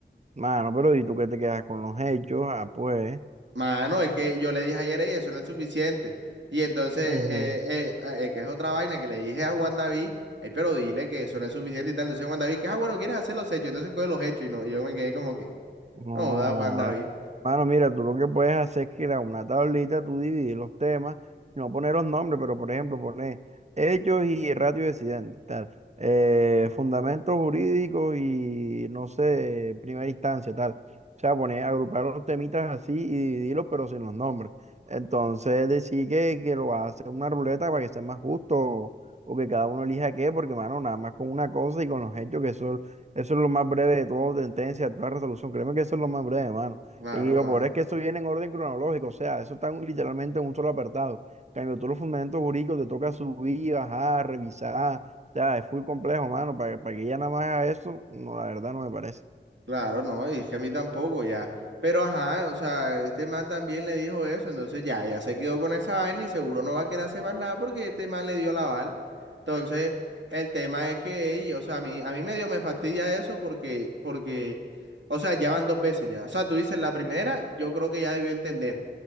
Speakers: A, on the right (about 40°); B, on the right (about 80°).
A: Mano, pero ¿y tú qué te quedas con los hechos? Ah, pues.
B: Mano, es que yo le dije ayer, ella, eso no es suficiente. Y entonces,
A: ujú.
B: eh, eh, ah, eh, que es otra vaina que le dije a Juan David, ay, pero dile que eso no es suficiente y tal. Entonces Juan David, que, ah, bueno, quieres hacer los hechos, entonces coge los hechos y no, y yo me quedé como que.
A: No.
B: No, da Juan David.
A: Mano, mira, tú lo que puedes hacer es que crear una tablita, tú dividir los temas, y no poner los nombres, pero por ejemplo, poner hechos y ratio de accidente, tal, eh, fundamentos jurídicos y no sé, primera instancia, tal. O sea, poner, agrupar los temitas así y dividirlos, pero sin los nombres. Entonces, decir que, que lo hace una ruleta para que sea más justo o, o que cada uno elija qué, porque, mano, nada más con una cosa y con los hechos, que eso, eso es lo más breve de todo, sentencia, toda resolución. Créeme que eso es lo más breve, mano.
B: Claro,
A: Y lo
B: mano.
A: peor es que eso viene en orden cronológico, o sea, eso está literalmente en un solo apartado. En cambio, tú los fundamentos jurídicos te toca subir, bajar, revisar. O sea, es muy complejo, mano. Para, para que ya nada más haga eso, no, la verdad no me parece.
B: Claro, no, y es que a mí tampoco ya. Pero ajá, o sea, este man también le dijo eso, entonces ya, ya se quedó con esa vaina y seguro no va a querer hacer más nada porque este man le dio la aval. Entonces, el tema es que, ey, o sea, a mí, a mí medio me fastidia eso porque, porque, o sea, ya van dos veces ya. O sea, tú dices, la primera, yo creo que ya debió entender.